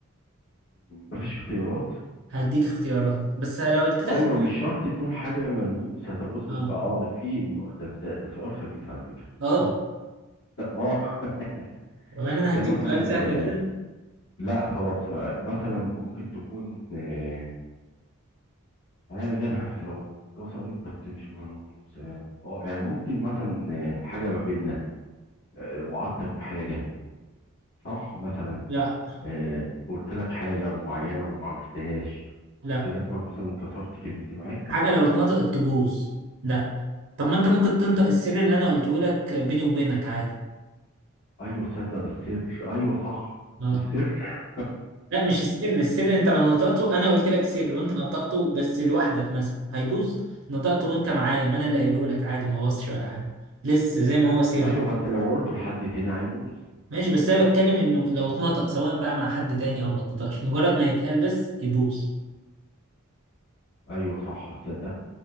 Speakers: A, on the left (about 55°); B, on the right (about 60°).
A: ما فيش اختيارات
B: هديك اختيارات بس لو اديتك
A: ايوه مش شرط تكون حاجه ملموسه طب اصبر
B: اه
A: بقى اه ده في نوع- ده انت ده سؤال خبيث على فكره
B: اه
A: اه <laughs>
B: وانا انا
A: ده
B: هديك
A: مثلا
B: سؤال سهل كده
A: لا خلاص آه، مثلا ممكن تكون آه، حاجة لو اتكسرت بس مش من اه آه، يعني ممكن مثلا آه، حاجة ما بيننا آه، وعدتك بحاجة صح مثلا
B: لا
A: آه، قلت لك حاجة معينة وما عملتهاش
B: لا
A: كده اسمها مثلا كسرت كلمتي معاك
B: حاجة لو اتنطقت تبوظ لا طب ما انت ممكن تنطق السر اللي انا قلته لك بيني وبينك عادي
A: ايوه تصدق ده السر ايوه صح
B: اه
A: السر
B: لا مش السر السر انت لو نطقته انا قلت لك سر وانت نطقته بس لوحدك مثلا هيبوظ نطقته وانت معايا ما انا اللي قايله لك عادي ما بوظش ولا حاجه لسه زي ما هو سر
A: ايوه بس لو قلته لحد تاني هيبوظ
B: ماشي بس انا بتكلم انه لو اتنطق سواء بقى مع حد تاني او ما اتنطقش مجرد ما يتقال بس يبوظ
A: ايوه صح تصدق